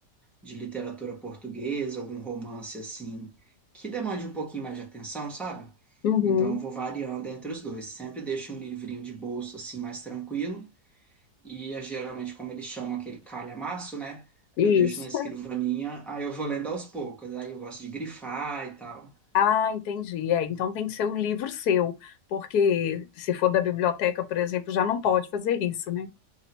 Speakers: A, in the centre; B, on the left.
A: de literatura portuguesa, algum romance assim, que demande um pouquinho mais de atenção, sabe?
B: uhum,
A: Então eu vou variando entre os dois. Sempre deixo um livrinho de bolso assim mais tranquilo, e eh, geralmente, como eles chamam aquele calhamaço, né?
B: isso.
A: Eu deixo na escrivaninha, aí eu vou lendo aos poucos, aí eu gosto de grifar e tal.
B: Ah, entendi. É, então tem que ser um livro seu, porque se for da biblioteca, por exemplo, já não pode fazer isso, né?